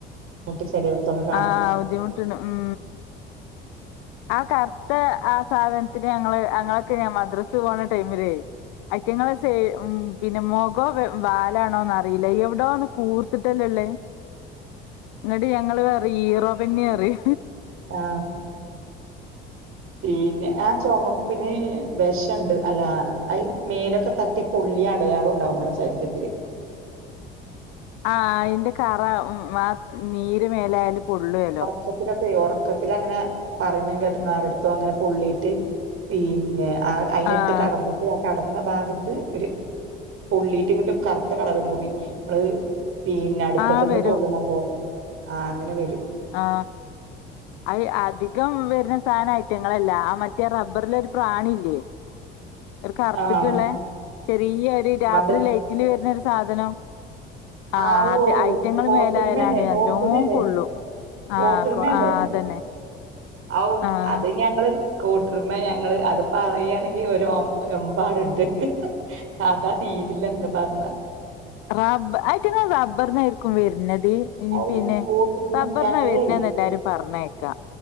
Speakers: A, on the right; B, on the left.
A: മുട്ട് ചെലേട്ത്തൊക്കെ
B: ആഹ് ബുദ്ധിമുട്ട്ണ്ട് ഉം ആ കർത്ത ആ സാധൻത്തിന് ഞങ്ങള് അങ്ങളൊക്കെ ഇങ്ങനെ മദ്രസ്പോണ ടൈമിലേ അയറ്റിങ്ങള് സൈ ഉം പിൻ പിന്നെ മൊകം വാലാണോന്നറിയില്ല എവ്ടോന്ന് കൂർത്തിട്ടല്ലേ ഇള്ളത് ന്നട്ട് ഞങ്ങള് പറിം ഈറോ ബെന്നി പറിം
A: ആഹ് പിന്നെ ആ ചൊമ പിന്നെ വെഷണ്ട് അല്ല അഹ് മേലൊക്കെ തട്ടിയ പൊള്ളി അടയാളം ഉണ്ടാവും നമ്മളെ ശരീരത്തില്
B: ആഹ് അയിന്റെ കറ ആ നീര് മേലായാല് പൊള്ളോലൊ
A: ക്കത്തിലൊക്കെ ഒറക്കത്തിലങ്ങനെ പറയണ കേട്ട്ക്ക്ണ് ആരെട്ത്തോ അങ്ങനെ പൊള്ളീട്ട് പിന്നെ ആഹ് അയിനട്ട്
B: ആഹ്
A: കെടന്ന് തിയ കെടന്ന ഭാഗത്ത് ഒര് പൊള്ളീട്ട്ങ്ങട്ട് കർത്ത കളറ് മുറി മ്മള് പിന്നെ അടുപ്പത്ത്ന്ന്
B: ആഹ് വരും
A: പൊള്ള്ണപോലെ ആഹ് അങ്ങനെ വരും
B: ആഹ് അഹ് അധികം വരുന്ന സാന ഐറ്റങ്ങളല്ല ആ മറ്റേ റബ്ബർലൊരു പ്രാണില്ലേ ഒര് കർത്തിട്ട്ള്ള
A: ആഹ്
B: ചെറിയൊരു രാത്രി
A: വണ്ട്
B: ലൈറ്റില് വര്ന്നരു സാധനം ആഹ്
A: ആവോ
B: അത് ഐറ്റങ്ങൾ
A: കോട്ടൊര്മല്ലെ
B: മേലായാലാണ് നല്ലോം
A: കോക്ക്മല്ലേ
B: പൊള്ളും
A: കോട്ടുരുമല്ലേ
B: ആഹ് കൊ ആഹ് അതന്നെ
A: ഔ
B: ആഹ്
A: അത് ഞങ്ങള് കോട്ടൊര്മ്മ ഞങ്ങള് അത് പറയാണെങ്കി ഒരു എമ്പാട്ണ്ട് കഥ തീരില്ലന്ന് പർഞ്ഞ
B: റാ ബ്ബ ആയിറ്റ്ങ്ങള് റബ്ബർന്നായിരിക്കും വെര്നത് ഇഞ്
A: ഔ
B: പിന്നെ
A: കോട്ടുരുമ
B: റബ്ബർന്ന
A: ഞങ്ങളെ
B: വെര്ന്നെന്ന് എല്ലാരും പറഞ്ഞേക്കാ